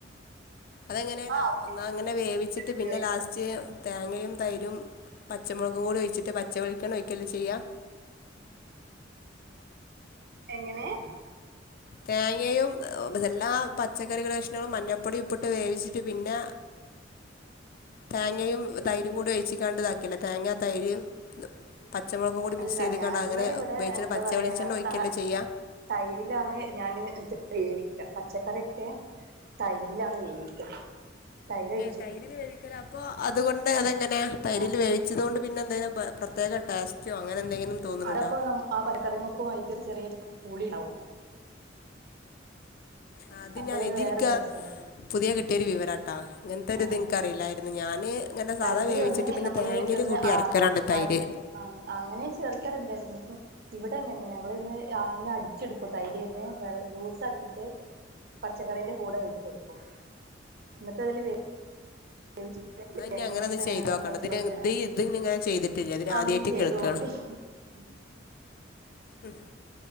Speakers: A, on the left; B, on the right.
A: അതെങ്ങനെ ലാ
B: ആഹ്
A: ഒന്നാം അങ്ങനെ വേവിച്ചിട്ട്
B: ഉപയോഗിക്കാറ്
A: പിന്നെ ലാസ് റ്റ് തേങ്ങയും തൈരും പച്ചമുളക് കൂടി ഒഴിച്ചിട്ട് പച്ചവെളിക്കണ്ണ ഒഴിക്കല്ലേ ചെയ്യാ
B: എങ്ങനെ?
A: തേങ്ങയും എല്ലാ പച്ചക്കറികള് കഷ്ണങ്ങളും മഞ്ഞപ്പൊടി ഉപ്പിട്ട് വേവിച്ചിട്ട് പിന്നെ തേങ്ങയും തൈരും കൂടി ഒഴിച്ങ്ങാണ്ട് ഇതാക്കല്ലേ തേങ്ങ തൈര് പച്ചമുളകും കൂടി
B: അല്ല
A: മിക്സിയ്ത്ങ്ങാണ്ട്
B: ഞങ്ങളിവിടെ
A: അങ്ങനെ ഉയോഗിച്ചിട്ട്
B: എന്താ
A: പച്ച
B: പറയാ
A: വെളിച്ചെണ്ണ ഒഴിക്കല്ലേ
B: ത
A: ചെയ്യാ
B: തൈരിലാണ് ഞാൻ ഇത് വേവിക്ക പച്ചക്കറിയൊക്കെ തൈരിലാണ് വേവിക്കാ തൈര് ഒഴി
A: തൈരിൽ വേവിക്കലാ അപ്പൊ അതുകൊണ്ട് അതെങ്ങനെയാ തൈരില്
B: ആഹ്
A: വേവിച്ചത് കൊണ്ട് പിന്നെ എന്തേന പ പ്രത്യേക ടേസ് റ്റോ അങ്ങനെ എന്തെങ്കിലും തോന്നിണ്
B: അതപ്പോ
A: ണ്ടോ?
B: നം ആ പച്ചക്കറിമുക്കും അയിൻ്റൊരു ചെറിയ പ് പുളി ആവും.
A: ആ അത്
B: അപ്പൊ
A: ഞാനെയ് ഇത്
B: വേറൊരു
A: ഇനിക്ക
B: രസാണ്
A: പുതിയ കിട്ടിയൊരു വിവരാട്ടാ. ഇങ്ങൻത്തെ ഒരു
B: ആഹ്
A: ഇത് എനിക്കറിയില്ലായിരുന്നു, ഞാന് ഇങ്ങനെ
B: തൈര്
A: സാധാ വേവിച്ചിട്ട്
B: ഒന്ന്
A: പിന്നെ
B: നമ്മള്
A: തേങ്ങേല്
B: ഒന്ന്
A: കൂട്ടി അരക്കലാണ് തൈര്.
B: അട് ആ അങ്ങനെ ചേർക്കല്ണ്ടായ്ന്ന് ഇവടെ ങ്ങനെ ഞങ്ങള് ഇന്ന് രാന്ന് അടി ച്ചെട്ക്കും തൈരിന്ന് വേ ലൂസാക്കീട്ട് പച്ചക്കറിൻ്റ കൂടെ ഒഴിച്ചൊടുക്കും എന്നിട്ട് അതില് <unintelligible>
A: എന്നാ ഇനി
B: തേങ്ങിം
A: അങ്ങനെ ഒന്ന്
B: ഏഹ്
A: ചെയ്ത് നോക്കണം
B: പച്ച
A: ഇതിന്
B: മൊളക്
A: ഇത് ഇത് ഇങ്ങനെ ചെയ്തിട്ടില്ല ഇതിന്
B: അങ്ങ്
A: ആദ്യമായിട്ട്
B: ചെയ്തു
A: കേൾക്കാണ്
B: നോക്കെടി ഉം
A: ഉം